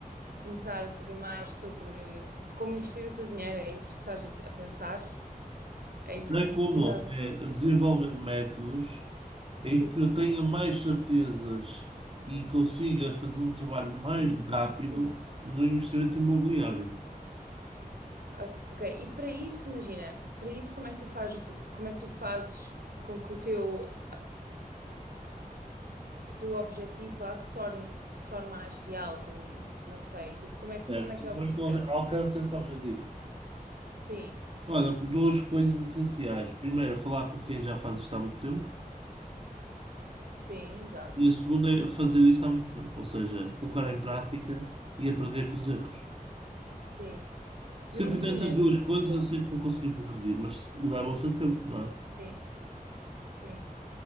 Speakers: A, on the right; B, on the right.
A: começar a saber mais sobre como investir o teu dinheiro, é isso que estás a a pensar? É isso
B: Não
A: que,
B: é como
A: que me estás a dizer?
B: é desenvolver métodos. em
A: Sim,
B: que eu tenha mais certezas e consiga fazer um trabalho mais rápido
A: sim, sim.
B: no investimento imobiliário.
A: Ah, Ok, e para isso, imagina, para isso como é que tu fazes, o teu- como é que tu fazes com que o teu o teu objetivo vá, se torne, se torne mais real, como, não sei, tipo, como é, como
B: Certo.
A: é que é
B: Como
A: o processo?
B: é que eu alcanço esse objetivo?
A: Sim,
B: Olha, duas coisas essenciais. Primeiro, é falar com quem já faz isto há muito tempo.
A: sim, exato,
B: E a segunda é fazer isto há muito tempo, ou seja, colocar em prática e aprender com os erros.
A: sim.
B: Se
A: Mas
B: eu
A: imagina,
B: fizer essas duas
A: não te
B: coisas,
A: ajuda,
B: eu sei que vou conseguir progredir, mas leva o seu tempo, não é?
A: sim, sim,